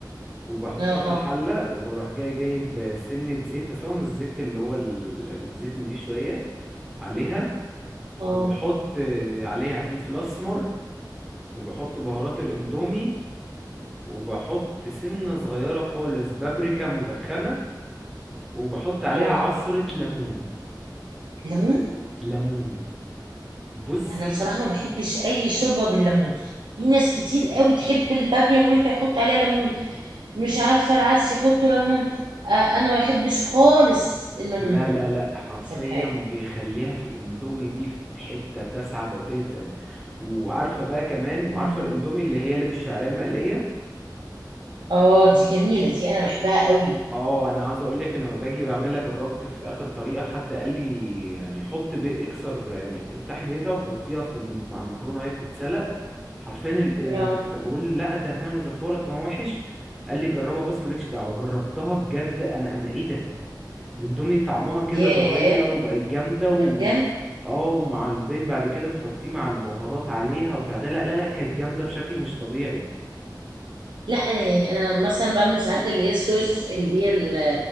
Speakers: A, in the centre; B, on the right.
A: وبحطها
B: اه
A: في الحله وبروح جاي جايب سنه زيت بس هو مش الزيت اللي هو ال- الزيت نضيف شويه عليها
B: اه
A: وبحط عليها فلفل اسمر وبحط بهارات الاندومي وبحط سنة صغيرة خالص بابريكا مدخنة وبحط عليها
B: اه
A: عصرة ليمون
B: ليمون
A: ليمون بصي
B: انا بصراحة ما بحبش اي شوربة بالليمون في ناس كتير قوي تحب البابيا الويكا يحط عليها ليمون مش عارفة العدس يحطوا ليمون آه انا ما بحبش خالص الليمون
A: لا لا لا حرفيا
B: في الحاجة
A: بيخليها في الاندومي دي في حتة تسعة بتاتا وعارفة بقى كمان وعارفة
B: مم.
A: الاندومي اللي هي اللي بالشعرية المقلية
B: اه دي جميلة دي انا بحبها قوي
A: اه انا عاوز اقولك لما باجي بعملها جربت في اخر طريقة حد قال لي يعني حط بيض اكسر يعني افتحي بيضة وحطيها في الم- مع المكرونة وهي بتتسلق حرفيا ال- انا
B: اه
A: كنت ف- بقول لا ده هتعمل زفاره طب ما هو وحش قال لي جربها بس مالكش دعوه جربتها بجد انا انا ايه ده الاندومي طعمها كده
B: ياه
A: اتغير وبقت جامده و
B: بجد
A: اه ومع البيض بعد كده تحطيه مع البهارات عليها وبتاع ده لا لا لا كانت جامده بشكل مش طبيعي
B: لا انا يعني انا مثلا بعمل ساعات اللي هي الصويا ص- اللي هي ال-